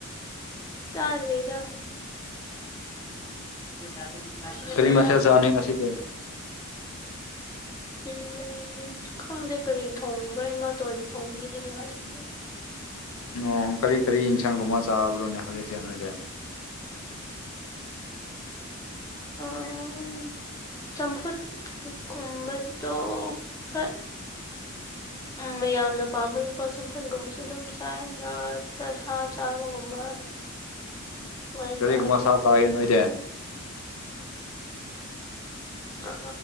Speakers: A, on the left (about 15°); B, on the left (about 80°).
A: ꯆꯥꯗ꯭ꯔꯤꯗ <unintelligible>
B: ꯀꯔꯤ ꯃꯊꯦꯜ
A: ꯎꯝ
B: ꯆꯥꯅꯤ ꯉꯥꯁꯤꯗꯤ
A: ꯎꯝ ꯈꯪꯗꯦ ꯀꯔꯤ ꯊꯣꯡꯕ꯭ꯔꯥ ꯏꯃꯥꯇꯣꯟꯅ ꯊꯣꯡꯕꯤꯕꯅꯦ ꯉꯁꯤꯗꯤ
B: ꯑꯣ ꯀꯔꯤ ꯀꯔꯤ ꯌꯦꯟꯁꯥꯡꯒꯨꯝꯕ ꯆꯥꯕ꯭ꯔꯅꯦ ꯍꯧꯖꯤꯛꯁꯦ ꯅꯣꯏꯁ
A: <unintelligible> ꯆꯝꯐꯨꯠ ꯀꯨꯝꯕꯗꯣ ꯈꯔ ꯃꯌꯥꯝꯅ ꯄꯥꯝꯕ <unintelligible> ꯁꯝꯐꯩꯒꯨꯝꯕꯁꯨ ꯑꯗꯨꯝ ꯆꯥꯏ <unintelligible> ꯁꯥ ꯆꯥꯕꯒꯨꯝꯕ <inaudible> ꯁꯨꯃꯥꯏꯅ
B: ꯀꯔꯤꯒꯨꯝꯕ
A: ꯇꯧꯋꯦ
B: ꯁꯥ ꯆꯥꯒꯦ ꯅꯣꯏꯗꯤ
A: ꯑ